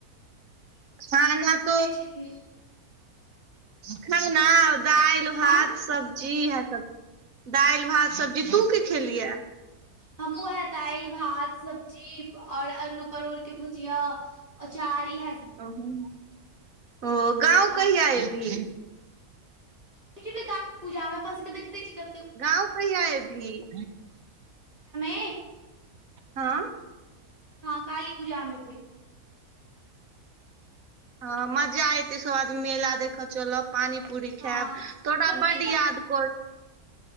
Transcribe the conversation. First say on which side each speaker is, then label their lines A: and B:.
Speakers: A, on the right; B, on the right.
A: साना त
B: छलियै
A: खान दालि भात
B: हँ
A: सब्जी इएह स दालि भात सब्जी तू की खेलिय
B: हमहुँ हे दालि भात सब्जी और आलू परोर के भुजिय अचार इहे स
A: ओ ओ गाँव
B: आ
A: कहिआ एबी
B: <unintelligible> पूजामे अपन सभके देखे छी कटेक
A: गाँव कहिआ एब ही
B: मे
A: ह
B: हँ काली पूजा में एभे
A: हँ मजा एते सब आदमी मेला देख चलब पानी पूड़ी
B: हँ
A: खायब तोरा
B: कते
A: बड
B: तऽ
A: याद <inaudible>